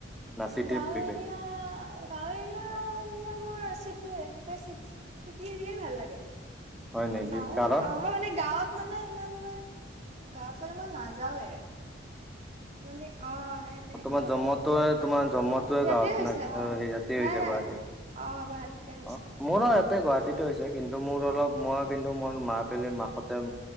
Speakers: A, in the centre; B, on the right.
A: না চিটিৰ
B: গাঁও
A: পৰিৱেশ
B: এৰিয়া গাঁও এৰিয়া <unintelligible> চিটি তেতি চিটি এৰিয়ে ভাল লাগে
A: হয় নেকি
B: গাওঁ
A: কাৰণ
B: আমাৰ মানে গাঁৱত <unintelligible> মানে ইমান মই গাঁৱৰ ফালে মই নাযাওঁৱেই <unintelligible> মানে অ <unintelligible>
A: অ তোমাৰ জন্মটোৱে
B: আৰু
A: তোমাৰ <unintelligible> জন্মতোৱেই
B: ইয়াতে
A: গাঁৱত
B: হৈছে
A: ন
B: অ
A: সেই জাতি
B: নাই
A: হৈছে
B: নাই
A: গুৱাহাটী <unintelligible>
B: অ গুৱাহাটীতে হৈছে
A: অ মোৰ গুৱাহাটীত হৈছে কিন্তু মোৰ অলপ মই কিন্তু মোৰ মা পীৰ মাহতে <unintelligible>